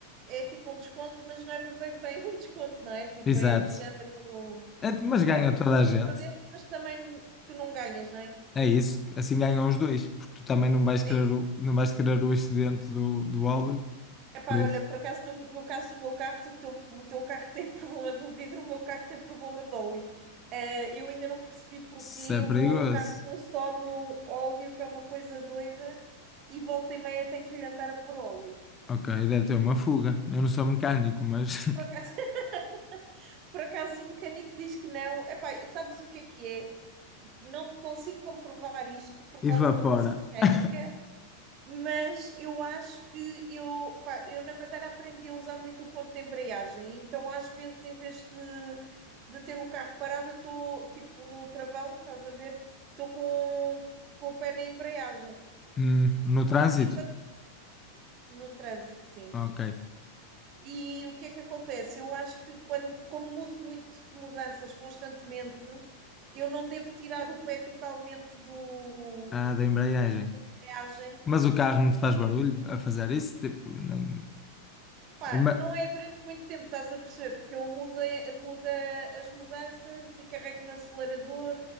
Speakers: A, on the right; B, on the left.
A: é tipo um desconto, mas não é bem, bem, bem um desconto, não é? Tipo,
B: exato.
A: é do género.
B: É, Mas ganha
A: Pronto,
B: toda a gente.
A: não perdemos, mas também tu não ganhas, não é?
B: É
A: Tipo,
B: isso. Assim ganham os dois, porque tu também não vais
A: é
B: querer
A: isso.
B: o, não vais querer o excedente do, do óleo.
A: Epá,
B: Por isso.
A: olha, por acaso, no, no caso do meu carro, o teu, o teu carro tem <laughs> problema do vidro, o meu carro tem problema de óleo. Eh, eu ainda não percebi porque
B: Se é perigoso.
A: o meu carro consome óleo, que é uma coisa doida, e volta e meia tenho que lhe andar a pôr óleo.
B: Ok, deve ter uma fuga. Eu não sou mecânico, mas
A: Por acaso, <laughs> por acaso o mecânico diz que não. Epá, sabes o que é que é? não consigo comprovar isto, porque
B: <laughs> evapora.
A: lá está, também não sou mecânica,
B: <laughs>
A: mas eu acho que eu, pá, eu na Madeira aprendi a usar muito o ponto de embreagem, então às vezes em vez de, de ter o carro parado, eu estou tipo no travão, estás a ver? Estou com, com o pé na embreagem.
B: Hum, no trânsito.
A: E quando no trânsito, sim.
B: Ok.
A: E o que é que acontece? Eu acho que quando, como mudo muito de mudanças constantemente, eu não devo tirar o pé totalmente do
B: Ah, da embreagem.
A: da embreagem
B: Mas o carro não te faz barulho a fazer isso? Tipo, nem.
A: Pá,
B: Ma-
A: não é durante muito tempo, estás a perceber? Porque eu mudei, muda as mudanças e carrego no acelerador.